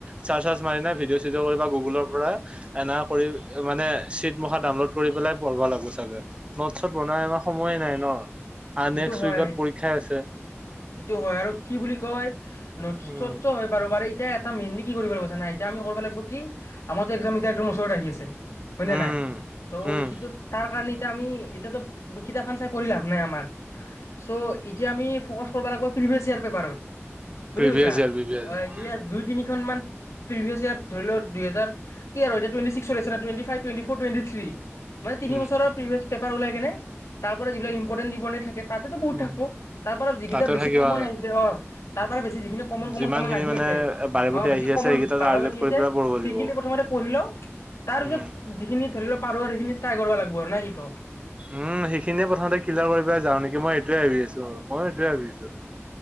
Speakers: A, on the right; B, on the left.
A: চাৰ্চ চাৰ্চ মাৰি নাই ভিডিঅ' চিডিঅ' কৰিব গুগুলৰ পৰা এনা কৰি মানে চিট মুখা ডাউনলোড কৰি পেলাই পঢ়ব লাগিব চাগে। নট চট বনাই আমাৰ সময়ে নাই। ন। আৰু
B: সেইটো
A: নেক্সট
B: হয়,
A: উইকত পৰীক্ষাই আছে
B: সেইটো হয় আৰু কি বুলি কয়। নটছ
A: উম
B: চটছ হৈ বাৰু এতিয়া এটা মেইনলি। কি কৰিব লাগব্ জানা নাই এতিয়া আমি কৰিব লাগিব কি আমাৰো একজাম এতিয়া একদম ওচৰত আহি আছে। হয় নে
A: উম
B: নাই? ত'
A: উম
B: সেইটো তাৰ কাৰণে। এতিয়া আমি এতিয়াতো কিতাপখন চাই পঢ়ি লাভ নাই আমাৰ। চ' এতিয়া আমি ফকাচ কৰবা লাগব্। প্ৰিভিয়ছ ইয়াৰ পেপাৰত। বুজি
A: প্ৰিভিয়াছ
B: পাইছা?
A: ইয়াৰ প্ৰিভিয়াছ ইয়াৰ
B: ইয়াত দুই তিনিখন মান প্ৰিভিয়াছ ইয়াৰ ধৰি লও দুহেজাৰ। কি আৰু এতিয়া টুৱেনটি চিক্স চলি আছে না twenty five, twenty four twenty three. মানে তিনি
A: উম
B: বছৰৰ প্ৰভিয়েছ। পেপাৰ ওলাই গেনে। তাৰ পৰা যিবিলাক ইম্পৰ্টেণ্ দিবনে। থাকে তাতেতো বহুত
A: উম
B: থাকো তাৰ পৰাৰা যিকেইটা
A: তাতে
B: বেছি
A: থাকিবা
B: কমন আহিছে অ তাৰ বেছি যিখিনি কমন কমন
A: যিমান
B: কমন
A: খিনি
B: আহি
A: মানে
B: আছে
A: বাৰে প্ৰতি
B: অ বেছি
A: আহি আছে
B: কমন
A: সেইকেইটা
B: বাৰ
A: টাৰ্গেট
B: বটি
A: কৰি
B: আছে
A: পেলাই পঢ়িব লাগিব।
B: সেইখিনি প্ৰথমতে পঢ়ি ল তাৰ
A: উম,
B: পিছত যিখিনি ধৰি ল পাৰ সেইখিনি ট্ৰাই কৰিব লাগিব আৰু ন শিকক
A: উম সেইখিনিয়ে প্ৰথমতে ক্লিয়াৰ কৰিব পাই যাওঁ নেকি মই এইটোৱে ভাবি আছো ময়ো সেইটোয়ে ভাবি আছো